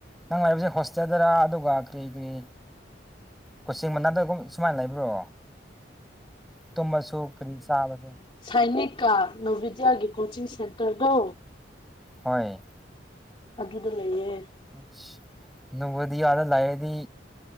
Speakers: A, in the centre; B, on the left.
A: ꯅꯪ ꯂꯩꯕꯖꯦ ꯍꯣꯁꯇꯦꯜꯗꯔ ꯑꯗꯨꯒ ꯀꯔꯤ ꯀꯔꯤ ꯀꯣꯆꯤꯡ ꯃꯅꯥꯛꯗꯒꯨꯝ ꯁꯨꯃꯥꯏ ꯂꯩꯕ꯭ꯔꯣ ꯇꯨꯝꯃꯁꯨ ꯀꯔꯤ ꯆꯥꯕꯁꯨ
B: ꯁꯥꯏꯅꯤꯛꯀꯥ ꯅꯣꯚꯤꯗ꯭ꯌꯥꯒꯤ ꯀꯣꯆꯤꯡ ꯁꯦꯟꯇꯔꯗꯣ
A: ꯍꯣꯏ
B: ꯑꯗꯨꯗ ꯂꯩꯌꯦ
A: ꯑꯁ ꯅꯣꯚꯣꯗꯤꯌꯥꯗ ꯂꯥꯏꯔꯗꯤ